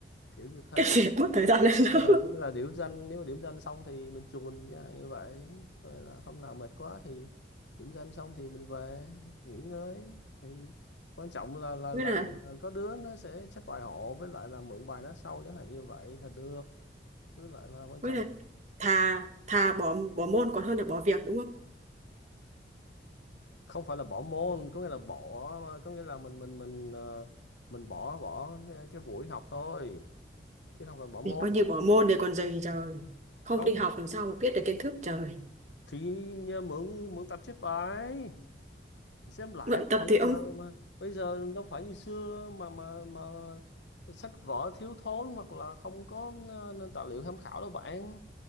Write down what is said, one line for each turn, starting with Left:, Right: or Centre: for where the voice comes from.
Left: kiểu như thế
Right: cái gì mất thời gian lên
Left: Nghĩa
Right: lớp
Left: là, có nghĩa là điểm danh nếu mà điểm danh xong thì mình chuồn chẳng hạn như vậy Có nghĩa là hôm nào mệt quá thì điểm danh xong thì mình về nghỉ ngơi thì quan trọng là là,
Right: với
Left: là,
Right: là
Left: là, là có đứa nó sẽ chép bài hộ với lại là mượn bài nó sau chẳng hạn như vậy là được với lại là quan
Right: với
Left: trọng
Right: là thà thà bỏ bỏ môn còn hơn là bỏ việc đúng không
Left: không phải là bỏ môn có nghĩa là bỏ có nghĩa là mình mình mình ờ, mình bỏ bỏ cái, cái buổi học thôi chứ không phải bỏ môn
Right: thì coi như bỏ môn để còn gì trời không
Left: không
Right: đi học làm sao mà biết được kiến thức trời
Left: thì nhờ mượn mượn tập chép bài xem lại
Right: luyện
Left: với
Right: tập
Left: lại
Right: thì
Left: bây
Right: ông
Left: giờ mà bây giờ đâu phải như xưa mà mà mà sách vở thiếu thốn hoặc là không có ờ, nền tài liệu tham khảo đâu bạn